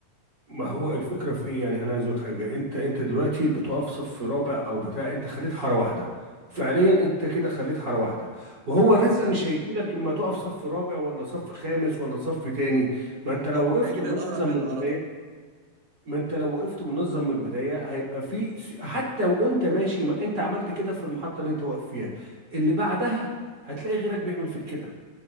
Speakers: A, on the right; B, on the right.
A: ما هو الفكره في إيه؟ يعني انا عايز اقول لك حاجه انت انت دلوقتي بتقف صف رابع او بتاع انت خليت حاره واحده فعليا انت كده خليت حاره واحده وهو
B: اه
A: الرزق
B: فعلا
A: مش هيجي لك اما تقف صف رابع ولا صف خامس ولا صف تاني ما
B: بالظبط
A: انت لو وقفت
B: هيجي
A: منظم
B: للأقرب منه
A: من البدايه
B: على طول
A: ما انت لو وقفت منظم من البدايه هيبقى في س- حتى وانت ماشي ما انت عملت كده في المحطه اللي انت واقف فيها اللي بعدها هتلاقي غيرك بيعمل فيك كده